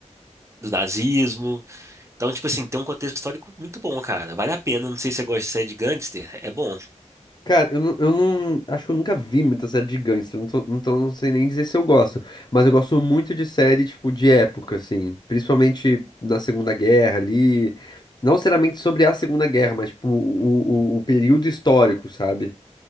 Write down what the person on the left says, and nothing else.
Cara, eu não, eu não- acho que eu nunca vi muita série de gangster, não tô- então não sei nem dizer se eu gosto. Mas eu gosto muito de série, tipo, de época, assim. Principalmente na Segunda Guerra ali. Não necessariamente sobre a Segunda Guerra, mas, tipo, o, o o período histórico, sabe?